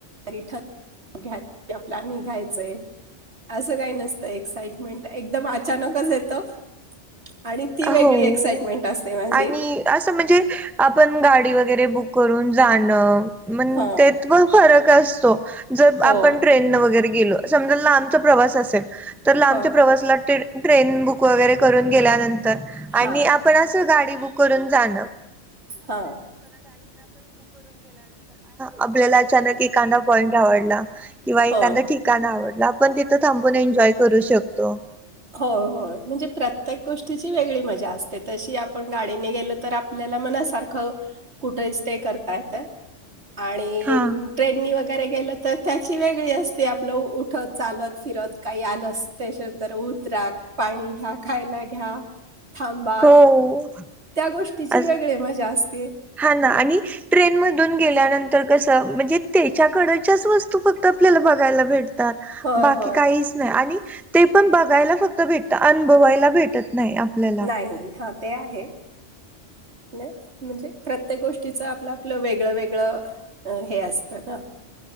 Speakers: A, on the right (about 65°); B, in the centre.
A: तरी ठर घ्या आपला निघायचंय असं काही नसतं एक्साइट मिनट एकदम अचानकच येतं आणि ती वेगळी
B: हो
A: एक्साइटमेंट असते माझी
B: आणि असं म्हणजे आपण गाडी वगैरे बुक करून जाणं मण
A: हां,
B: तेथ प फरक असतो जर
A: हो.
B: आपण ट्रेनन वगैरे गेलो समजा लांबचा प्रवास असेल तर लांबच्या
A: होय.
B: प्रवासला ते ट्रेन बुक वगैरे करून गेल्यानंतर
A: हां.
B: आणि आपण <unintelligible> गेल्यानंतर
A: हा
B: आपल्याला अचा ए पॉट आवडला किंवा एा
A: होय.
B: काण आवडला आपण तिथं थांबून एन्जॉय करू शकतो
A: हो हो म्हणजे प्रत्येक गोष्टीची वेगळी मजा असते तशी आपण गाडीने गेलो तर आपल्याला मनासारखं कुठे स्टे करता येत आणि
B: हा.
A: ट्रेननी वगैरे गेलं तर त्याची वेगळी असते आपलं उठत चालत फिरत काही आलं स्टेशन तर उतरा पाणी घ्या खायला घ्या थांबा
B: हो
A: त्या गोष्टीची
B: आज
A: वेगळे मजा असते
B: हा ना आणि ट्रेन मधून गेल्यानंतर कसं म्हणजे त्याच्याकडच्याच वस्तू फक्त आपल्याला बघायला भेटत तर
A: होय,
B: बाकी
A: होय.
B: काहीच नाही आणि ते पण बघायला फक्त भेटत अनभवायला भेटत नाही आपल्याला.
A: नाही हा ते आहे म्हणजे प्रत्येक गोष्टीच आपलं आपलं वेगळं वेगळं अ हे असत ना